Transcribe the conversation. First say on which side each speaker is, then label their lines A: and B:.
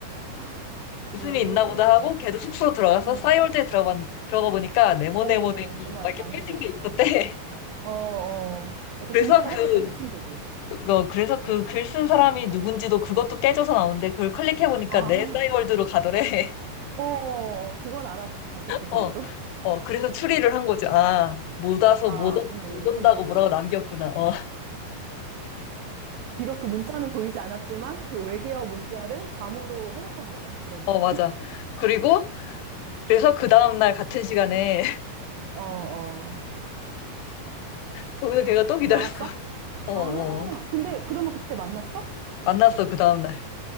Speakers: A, on the right; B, on the left.
A: 아,
B: 무슨
A: 오,
B: 일이 있나 보다 하고, 걔도 숙소 들어가서
A: 음,
B: 싸이월드에 들어가, 들어가 보니까 네모네모네모
A: 어, 뭔가
B: 막
A: 남겨져
B: 이렇게 깨진
A: 있어.
B: 게 있었대. <laughs>
A: 어, 어. 약간
B: 그래서
A: 짐작을
B: 그,
A: 했겠다, 그 친구도.
B: 그, 어, 그래서 그 글 쓴 사람이 누군지도 그것도 깨져서 나오는데 그걸 클릭해 보니까
A: 아,
B: 내 싸이월드로 가더래. <laughs>
A: 어, 어, 어. 그건 알아봤겠지,
B: 어,
A: 그래도.
B: 어, 그래서 추리를 한 거지. 아, 못 와서
A: 아,
B: 못, 온-
A: 무슨 일
B: 못 온다고
A: 생겼다.
B: 뭐라고 남겼구나. 어, <laughs>
A: 비록 그 문자는 보이지 않았지만, 그 외계어 문자를 감으로 해석한 거네, 그러니까.
B: 어, 맞아. 그리고 그래서 그 다음날 같은 시간에 <laughs>
A: <laughs> 어, 어.
B: 거기서 걔가 또 기다렸어.
A: 나왔어?
B: 어,
A: 아,
B: 어.
A: 근데 그러면 그때 만났어?
B: 만났어, 그 다음날.